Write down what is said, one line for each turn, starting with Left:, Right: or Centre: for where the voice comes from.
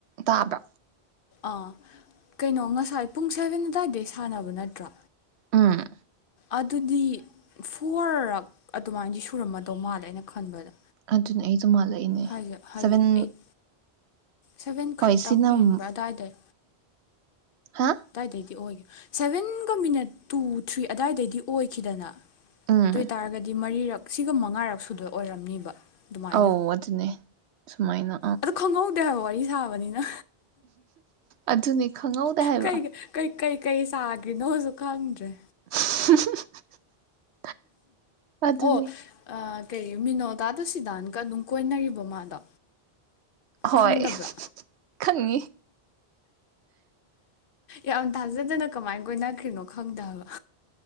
Right: ꯇꯥꯕꯔ
Left: ꯑꯥ ꯀꯩꯅꯣ ꯉꯁꯥꯏ ꯄꯨꯡ ꯁꯦꯚꯦꯟ ꯑꯗꯨꯋꯥꯏꯗꯩ ꯁꯥꯟꯅꯕ ꯅꯠꯇ꯭ꯔꯥ
Right: ꯎꯝ
Left: ꯑꯗꯨꯗꯤ ꯐꯣꯔꯔꯛ ꯑꯗꯨꯃꯥꯏꯅꯗꯤ ꯁꯨꯔꯝꯃꯗꯧ ꯃꯥꯜꯂꯦ ꯑꯩꯅ ꯈꯟꯕꯗ
Right: ꯑꯗꯨꯅꯦ ꯑꯩꯁꯨ ꯃꯥꯜꯂꯛꯏꯅꯦ
Left: ꯍꯥꯏꯗꯤ ꯍꯥꯏꯗꯤ
Right: ꯁꯚꯦꯟ
Left: ꯑꯩꯠ ꯁꯚꯦꯟ
Right: ꯍꯣꯏ
Left: ꯈꯔꯠꯇꯪ
Right: ꯁꯤꯅ
Left: ꯍꯦꯟꯕ
Right: ꯑꯃꯨꯛ
Left: ꯑꯗꯨꯋꯥꯏꯗꯩ
Right: ꯍꯥ
Left: ꯑꯗꯨꯗꯥꯏꯗꯩꯗꯤ ꯑꯣꯏ ꯁꯦꯚꯦꯟꯒ ꯃꯤꯅꯠ ꯇꯨ ꯊ꯭ꯔꯤ ꯑꯗꯨꯗꯥꯏꯗꯩꯗꯤ ꯑꯣꯏꯈꯤꯗꯅ
Right: ꯎꯝ
Left: ꯑꯗꯨ ꯑꯣꯏꯇꯥꯔꯒꯗꯤ ꯃꯔꯤꯔꯛ ꯁꯤꯒ ꯃꯉꯥꯔꯛ ꯁꯨꯗꯣ ꯑꯣꯏꯔꯝꯅꯤꯕ ꯑꯗꯨꯃꯥꯏꯅ
Right: ꯑꯧ ꯑꯗꯨꯅꯦ ꯁꯨꯃꯥꯏꯅ
Left: ꯑꯗꯣ ꯈꯪꯍꯧꯗꯦ ꯍꯥꯏꯕ ꯋꯥꯔꯤ ꯁꯥꯕꯅꯤꯅ
Right: ꯑꯗꯨꯅꯦ ꯈꯪꯍꯧꯗꯦ ꯍꯥꯏꯕ
Left: ꯀꯩ ꯀꯩ ꯀꯩ ꯀꯩ ꯁꯥꯈ꯭ꯔꯤꯅꯣꯁꯨ ꯈꯪꯗ꯭ꯔꯦ
Right: <unintelligible> ꯑꯗꯨꯅꯤ
Left: ꯑꯣ ꯀꯩ ꯃꯤꯅꯣꯗꯥꯗ ꯁꯤꯗꯥꯟꯒ ꯑꯗꯨꯝ ꯀꯣꯏꯅꯔꯤꯕꯣ ꯃꯥꯗꯣ
Right: ꯍꯣꯏ
Left: ꯈꯪꯗꯕ꯭ꯔꯥ
Right: ꯈꯪꯉꯤ
Left: ꯌꯥꯝ ꯊꯥꯖꯗꯅ ꯀꯃꯥꯏ ꯀꯣꯏꯅꯈ꯭ꯔꯤꯅꯣ ꯈꯪꯗꯦ ꯍꯥꯏꯕ